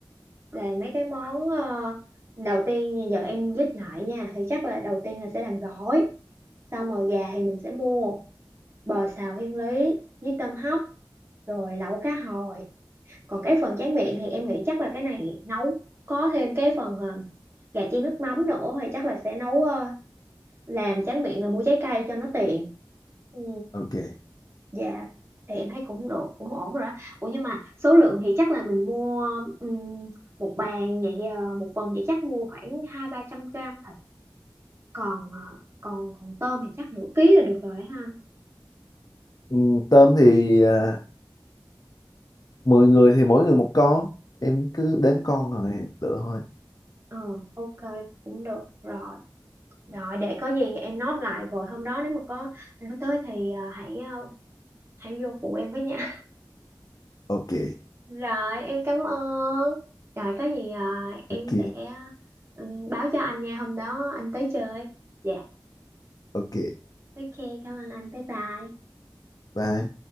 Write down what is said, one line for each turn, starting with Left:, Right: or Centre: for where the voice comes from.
Right: là mấy cái món ờ, đầu tiên như giờ em list lại nha thì chắc là đầu tiên là sẽ làm gỏi xong rồi gà thì mình sẽ mua bò xào thiên lý với tôm hấp rồi lẩu cá hồi còn cái phần tráng miệng thì em nghĩ chắc là cái này nấu có thêm cái phần ờ, gà chiên nước mắm nữa thì chắc là sẽ nấu ờ, làm tráng miệng là mua trái cây cho nó tiện ừ
Left: ok.
Right: dạ thì em thấy cũng được cũng ổn rồi đó ủa nhưng mà số lượng thì chắc là mình mua ừm, một bàn vậy ờ, một phần vậy chắc mua khoảng hai ba trăm gram thịt còn ờ, còn còn tôm thì chắc nửa ký là được rồi ha anh
Left: Ừ, tôm thì à, 10 người thì mỗi người một con em cứ đếm con rồi lựa thôi
Right: ờ ok cũng được rồi rồi để có gì em nốt lại rồi hôm đó nếu mà có anh có tới thì ờ, hãy ờ, hãy vô phụ em với nha
Left: ok
Right: Rồi, em cảm ơn. Rồi, có gì à, em
Left: ok
Right: sẽ ừ, báo cho anh nha, hôm đó anh tới chơi. Dạ,
Left: ok
Right: ok, cảm ơn anh, bye bye.
Left: bye